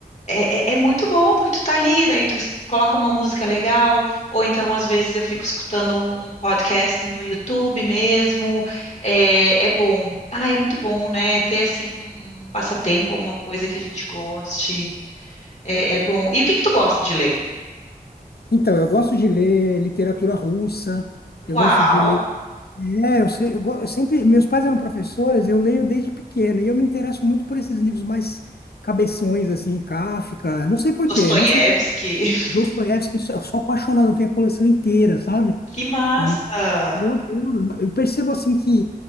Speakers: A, on the left; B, on the left.
A: é, é é muito bom, porque tu tá ali, daí tu s- coloca uma música legal, ou então às vezes eu fico escutando um podcast no YouTube mesmo. É, é bom. Ah, é muito bom, né? Ter assim um, um passatempo, alguma coisa que a gente goste. É, é bom. E o que que tu gosta de ler?
B: Então, eu gosto de ler literatura russa, eu
A: Uau!
B: gosto de ler. É, eu sei, eu, go- eu sempre. Meus pais eram professores, eu leio desde pequeno, e eu me interesso muito por esses livros mais cabeções, assim, Kafka, não sei por
A: Dostoiévski.
B: quê, não sei de
A: <laughs>
B: Dostoiévski, eu sou eu sou apaixonado, eu tenho a coleção inteira, sabe?
A: Que massa!
B: E eu adoro. Eu percebo, assim, que,